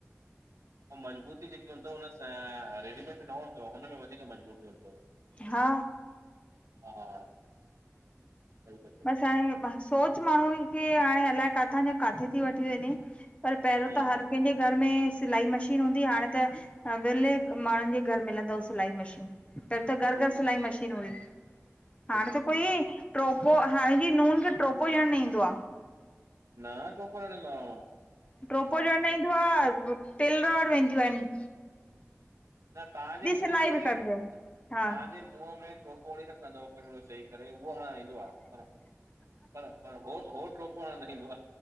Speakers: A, on the right; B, on the left.
A: <inaudible> ऐं मज़बूती जेकी हूंदव हुन रेडीमेड न हूंदोव हुनमें वधीक मज़बूती हूंदव।
B: हा
A: हा। सही था चओ
B: बसि हाणे सोच माण्हू खे हाणे अलाए किथां जी किथे थी वठी वञे। पर पहिरियों
A: हम्म
B: त हर
A: हम्म
B: कंहिंजे घर में सिलाई मशीन हूंदी, हाणे त विरले माण्हुनि जे घर मिलंदव सिलाई मशीन। पहिंरी त घर
A: बिल्कुलु
B: घर सिलाई
A: सही
B: मशीन हुई
A: बिल्कुलु
B: हाणे त
A: सही
B: कोई
A: था
B: प्रो पोइ हाणे जी नूहन खे ट्रोपो ॾियणु न ईंदो आ।
A: नहं टोपण लाइ।
B: ड्रोपो ॾियण न ईंदो आ, टेलर वटि वेंदियूं आहिनि।
A: न तहांजे मुंहं
B: सिलाई
A: में,
B: बि कंदियूं आहिन
A: तहांजे
B: हा।
A: मुंहं में टोपो ॾई रखंदव, <unintelligible> करे उहो हाणणु ईंदो आ, पर पर पर हो टोपो हणण न ईंदो आ।